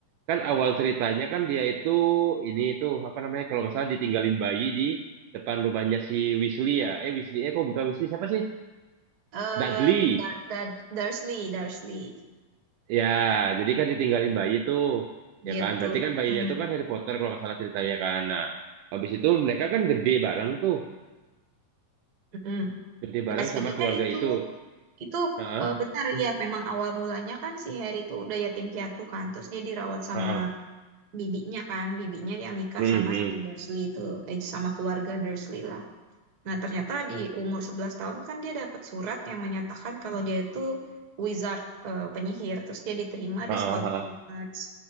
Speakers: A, on the right; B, on the right.
A: kan awal ceritanya kan dia itu ini tuh apa namanya kalau nggak salah ditinggalin bayi di depan rumahnya si Weasley ya. Eh Weasley, eh kok bukan Weasley siapa sih?
B: Eh,
A: Dudley.
B: Dar- Dar- Dursley, Dursley.
A: Ya, jadi kan ditinggalin bayi tuh. Ya
B: Iya
A: kan,
B: betul.
A: berarti kan bayinya
B: Hmm.
A: itu kan Harry Potter kalau nggak salah ceritanya kan. Nah, habis itu mereka kan gede bareng tuh,
B: Mm-mm.
A: gede bareng
B: Nah sebetulnya
A: sama keluarga
B: itu
A: itu.
B: itu
A: Heeh,
B: eh, benar ya memang awal mulanya kan si Harry itu udah yatim piatu kan, terus dia dirawat sama
A: heeh.
B: bibinya kan, bibinya yang nikah
A: Mm-hmm.
B: sama si Dursley itu, eh, sama keluarga Dursley lah. Nah, ternyata di umur 11 tahun kan dia dapat surat yang menyatakan kalau dia itu wizard, eh, penyihir. Terus dia diterima
A: Heeh,
B: di sekolah
A: heeh.
B: Hogwarts.